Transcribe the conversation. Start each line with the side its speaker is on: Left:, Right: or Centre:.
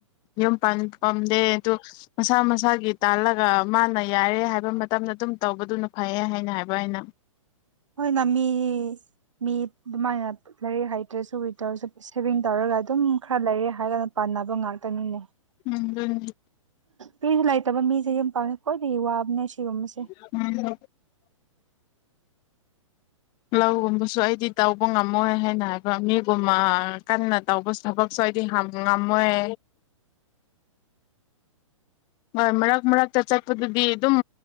Left: ꯎꯝ ꯄꯥꯟ ꯄꯝꯗꯦ ꯇꯣ ꯃꯁꯥ ꯃꯁꯥꯒꯤ ꯇꯥꯜꯂꯒ ꯃꯥꯅ ꯌꯥꯔꯦ ꯍꯥꯏꯕ ꯃꯇꯝꯗ ꯑꯗꯨꯝ ꯇꯧꯕꯗꯨꯅ ꯐꯩ ꯍꯥꯏꯅ ꯍꯥꯏꯕ ꯑꯩꯅ
Right: ꯍꯣꯏꯅ ꯃꯤ ꯃꯤ ꯑꯗꯨꯃꯥꯏꯅ ꯂꯩ ꯍꯥꯏꯩꯇ꯭ꯔꯁꯨ ꯋꯤ ꯇꯧꯔꯁꯨ ꯁꯦꯚꯤꯡ ꯇꯧꯔꯒ ꯑꯗꯨꯝ ꯈꯔ ꯂꯩꯔꯦ ꯍꯥꯏꯔꯒꯅ ꯄꯥꯟꯅꯕ ꯉꯥꯛꯇꯅꯤꯅꯦ
Left: ꯎꯝ ꯑꯗꯨ
Right: ꯀꯂꯥꯏ ꯇꯕ ꯃꯤꯖꯦ ꯌꯨꯝ ꯄꯥꯟꯕ ꯈ꯭ꯋꯥꯏꯗꯒꯤ ꯋꯥꯕꯅꯦ ꯑꯁꯤꯒꯨꯝꯕꯁꯦ
Left: ꯎꯝ ꯂꯧꯒꯨꯝꯕꯁꯨ ꯑꯩꯗꯤ ꯇꯧꯕ ꯉꯝꯃꯣꯏ ꯍꯥꯏꯅ ꯍꯥꯏꯕ ꯃꯤꯒꯨꯝꯃ ꯀꯟꯅ ꯇꯧꯕ ꯊꯕꯛꯁꯨ ꯑꯩꯗꯤ ꯍꯝ ꯉꯝꯃꯣꯏ ꯍꯣꯏ ꯃꯔꯛ ꯃꯔꯛꯇ ꯆꯠꯄꯗꯨꯗꯤ ꯑꯗꯨꯝ